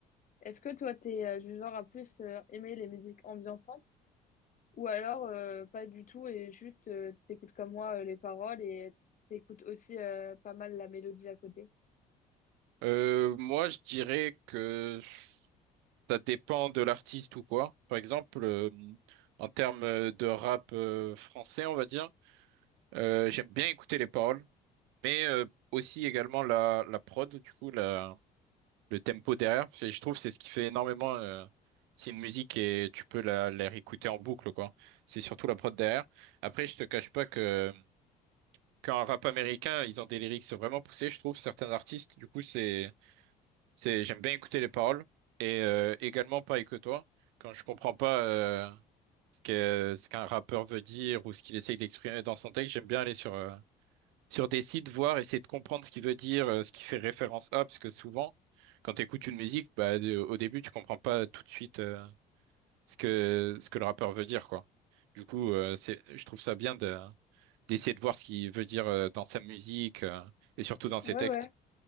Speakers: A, on the left; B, on the right.
A: Est-ce que toi, t'es euh, du genre à plus euh, aimer les musiques ambiançantes ou alors euh, pas du tout et juste euh, t'écoutes comme moi euh, les paroles et t'écoutes aussi euh, pas mal la mélodie à côté?
B: Euh, moi, je dirais que ça dépend de l'artiste ou quoi. Par exemple, euh, en termes de rap euh, français, on va dire, euh, j'aime bien écouter les paroles. Mais euh, aussi également la, la prod, du coup, la, le tempo derrière. Je, je trouve c'est ce qui fait énormément. euh, c'est une musique et tu peux la, la réécouter en boucle, quoi. C'est surtout la prod derrière. Après, je te cache pas que quand un rap américain, ils ont des lyrics vraiment poussés, je trouve, certains artistes. Du coup, c'est, c'est, j'aime bien écouter les paroles. Et euh, également, pareil que toi, quand je comprends pas euh, ce que, ce qu'un rappeur veut dire ou ce qu'il essaye d'exprimer dans son texte, j'aime bien aller sur, euh, sur des sites, voir, essayer de comprendre ce qui veut dire, euh, ce qui fait référence à, parce que souvent, quand tu écoutes une musique, bah, de- au début, tu comprends pas tout de suite euh, ce que, ce que le rappeur veut dire, quoi. Du coup, euh, c'est, je trouve ça bien de, d'essayer de voir ce qu'il veut dire euh, dans sa musique euh, et surtout dans ses
A: Ouais,
B: textes.
A: ouais,